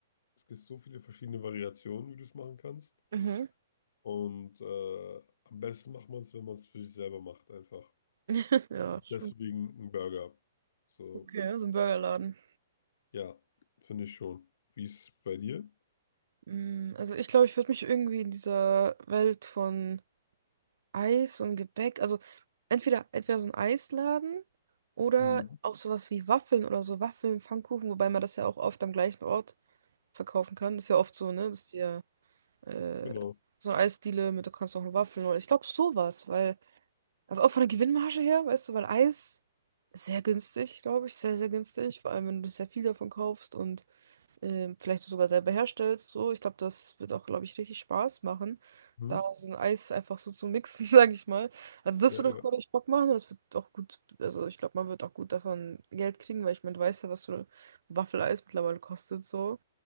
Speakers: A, on the left; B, on the right.
A: Es gibt so viele verschiedene Variationen, wie du es machen kannst.
B: Mhm.
A: Und äh, am besten macht man es, wenn man es für sich selber macht, einfach.
B: <laughs> Ja,
A: Deswegen
B: schon.
A: ein Burger. So,
B: Okay, so ein Burgerladen.
A: ja, finde ich schon. Wie ist es bei dir?
B: Mm, Also ich glaube, ich würde mich irgendwie in dieser Welt von Eis und Gebäck, also entweder, entweder so ein Eisladen oder
A: Mhm.
B: auch sowas wie Waffeln oder so, Waffeln, Pfannkuchen, wobei man das ja auch oft am gleichen Ort verkaufen kann. Das ist ja oft so, ne? Das ist ja äh,
A: Genau.
B: so eine Eisdiele mit, du kannst auch Waffeln oder ich glaube sowas, weil, also auch von der Gewinnmarge her, weißt du, weil Eis ist sehr günstig, glaube ich, sehr, sehr günstig, vor allem wenn du sehr viel davon kaufst und ähm, vielleicht sogar selber herstellst. So, ich glaube, das wird auch, glaube ich, richtig Spaß machen,
A: Mhm.
B: da so ein Eis einfach so zu mixen, <laughs> sage ich mal. Also das
A: Ja,
B: wird auch
A: ja,
B: glaube ich Bock machen und das wird auch gut, also ich glaube, man wird auch gut davon Geld kriegen, weil ich meine, du weißt ja, was so ein Waffeleis mittlerweile kostet, so.